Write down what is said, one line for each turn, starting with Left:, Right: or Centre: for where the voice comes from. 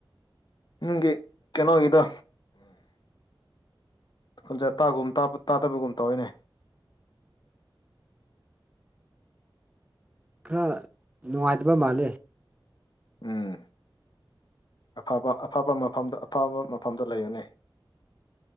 Left: ꯅꯪꯒꯤ ꯀꯩꯅꯣꯒꯤꯗꯣ ꯈꯣꯟꯖꯦꯜ ꯇꯥꯒꯨꯝ ꯇꯥꯗꯕꯒꯨꯝ ꯇꯧꯋꯦꯅꯦ
Right: ꯈꯔ ꯅꯨꯡꯉꯥꯏꯇꯕ ꯃꯥꯜꯂꯦ
Left: ꯎꯝ ꯑꯐꯕ ꯑꯐꯕ ꯃꯐꯝꯗ ꯑꯐꯕ ꯃꯐꯝꯗ ꯂꯩꯌꯣꯅꯦ